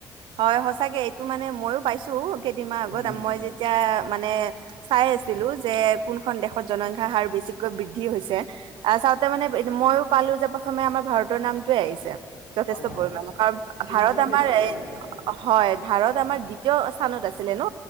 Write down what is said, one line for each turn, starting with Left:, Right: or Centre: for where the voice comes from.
Right: হয় সচাকে এইটো মানে ময়ো পাইছো কেইদিনমানাহ আগত
Left: উম
Right: মই যেতিয়া মানে চাই আছিলো যে কোনখন দেশত জনসংখ্যা হাৰ বেছিকৈ বৃদ্ধি হৈছে আহ চাওঁতে মানে ময়ো পালোঁ যে প্ৰথমে আমাৰ ভাৰতৰ নামটোৱে আহিছে। যথেষ্ট
Left: হয় হয়
Right: পৰিমাণে কাৰণ
Left: চীনকো
Right: ভাৰত
Left: পেছ
Right: আমাৰ
Left: পেলাই
Right: এ
Left: দিছে
Right: হয় ভাৰত আমাৰ দ্বিতীয় স্থানত আছিলে ন